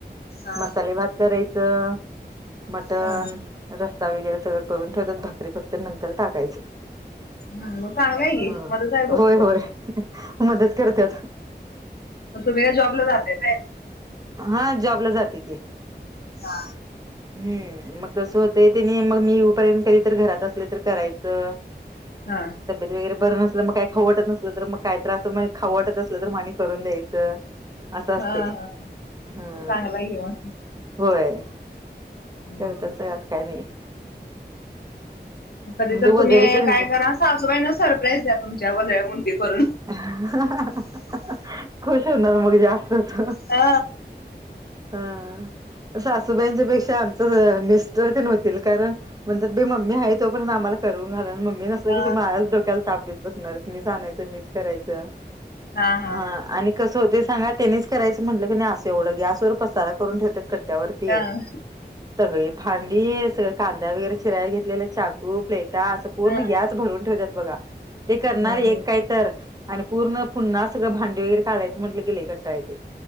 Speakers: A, on the left; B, on the right.
A: हा
B: मसाले भात. करायचं मटण
A: हा
B: रसा वगैरे सगळं करून ठेवतात भाकरी भक्त नंतर. टाकायचं.
A: हा, मग चांगलं आहे की
B: ह
A: मदत आहे भरपूर.
B: होय होय मदत करतत.
A: तो बेगा जॉबला जाते काय.
B: हा जॉब ला जाते की.
A: हा.
B: हम् मग कसं होतंय त्यांनी मग मी येऊपर्यंत कधी तर घरात असले तर करायचं. तर
A: हा.
B: तब्येत वगैरे बरं नसलं मग काय खाऊ नसलं तर मग काय त्रास खाऊ वाटत असलं तर मा आणि करून द्यायचं. असं असते
A: हा हा
B: हम्म.
A: चांगला आहे की मग.
B: होय
A: हम्म,
B: करतच
A: हम्म.
B: का नाही.
A: कधी
B: म्हणजे
A: तर
B: वजडी
A: तुम्ही
B: तेन
A: काय करा सजूबाई ना सरप्राईज द्या तुमच्या वजळ्या मुंडी करून.
B: <unintelligible> खुश होणार मग जास्तच.
A: हा
B: हा सासूबाईंच्या पेक्षा आमच मिस्टर तेन होतील कारण म्हणतात बी मम्मी हाय तो पर्यंत आम्हाला करून घालायला मम्मी नसतं
A: हा
B: की तु माझ्याच डोक् - क्याला ताप देत बसणार मीस आणायच मी च करायचं
A: हा हा
B: ह आणि कसं होते सांगा त्यांनीच करायचं म्हटलं की नाही असं एवढं गॅसवर पसारा करून ठेव त्यात क - ट्या वरती
A: हा हा
B: सगळी भांडी सगळ कांदा वगैरे चिराय घेतलेल चाकू. - कू प्लेटा असं पूर्ण
A: हा.
B: गॅस भरून ठेवतात बघा ते करणार
A: हम्म
B: एक काय तर आणि पूर्ण पुन्हा सगळं भांडी वगैरे काढायचं म्हटलं की लई कंटाळ येतय.